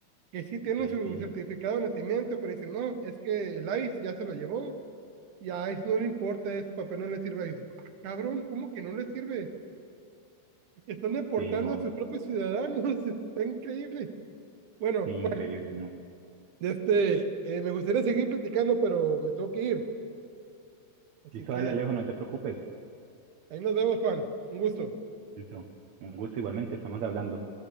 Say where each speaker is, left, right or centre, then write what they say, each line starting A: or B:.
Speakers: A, on the right; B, on the right.
A: que sí tienen
B: Sí,
A: su
B: sí,
A: certificado de nacimiento, pero dicen, no, es que el ICE ya se lo llevó, y a ICE no le importa, ese papel no le sirve a ICE. Ah, Cabrón, ¿cómo que no le sirve? Están deportando
B: sí, no,
A: a sus propios ciudadanos, <laughs> está increíble. Bueno,
B: sí, increíble,
A: Juan,
B: no.
A: este, eh, me gustaría seguir platicando, pero me tengo que ir. Así
B: Listo,
A: que
B: dale, Alejo, no te preocupes.
A: ahí nos vemos, Juan. Un gusto.
B: Listo, un gusto igualmente, estamos hablando.